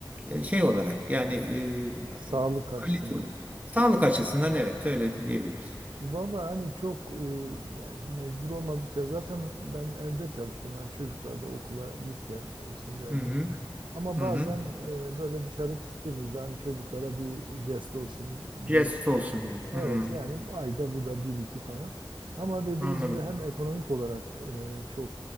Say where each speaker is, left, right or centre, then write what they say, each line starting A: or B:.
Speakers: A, on the right; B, on the right.
A: e, şey olarak yani e,
B: sağlık açısından.
A: kalite olarak. Sağlık açısından evet öyle de diyebiliriz.
B: Valla hani çok e, yani mecbur olmadıkça zaten ben evde çalışıyorum. Yani çocuklar da okula git gel, eşim de evde.
A: Hı hı.
B: Ama
A: Hı
B: bazen
A: hı.
B: e, böyle dışarı çıktığımızda hani çocuklara bir jest olsun
A: Yes
B: diye.
A: olsun diyor. Hmm,
B: Evet yani ayda bu da bir iki falan. Ama dediğiniz
A: anladım.
B: gibi hem ekonomik olarak e, çok